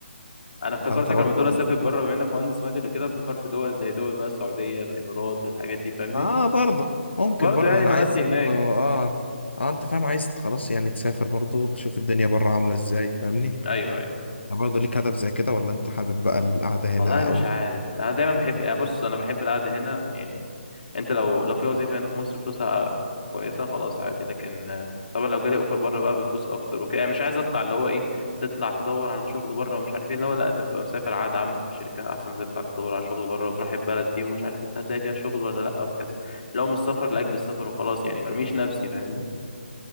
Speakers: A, on the left (about 45°); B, on the left (about 65°).
A: انا افتكرتك
B: فانت برضو
A: لما تقول اسافر بره بما انك مهندس مدني وكده افتكرت دول زي دول بقى السعوديه الامارات الحاجات دي فاهمني
B: اه برضو ممكن
A: برضه
B: برضو
A: يعني
B: انا
A: نودي
B: عايز
A: هناك
B: برضو اه اه انت فاهم عايز خلاص يعني تسافر برضو تشوف الدنيا بره عاملة ازاي فاهمني
A: ايوه ايوه
B: أنت برضو ليك هدف زي كده ولا انت حابب بقى القعدة
A: والله
B: هنا
A: مش
B: قوي
A: عارف انا دايما بحب يعني بص انا بحب القعده هنا يعني انت لو لو في وظيفه هنا في مصر فلوسها كويسه خلاص عادي لكن آه، طبعا لو جالي اوفر بره بقى بفلوس اكتر وكده يعني مش عايز اطلع اللي هو ايه تطلع تدور على شغل بره ومش عارف ايه لا لا تبقى مسافر عقد عام في شركه احسن ما تطلع تدور على شغل بره وتروح البلد دي ومش عارف انت هتلاقي فيها شغل ولا لا وهكذا لو مش السفر لاجل السفر وخلاص يعني مرميش نفسي فاهمني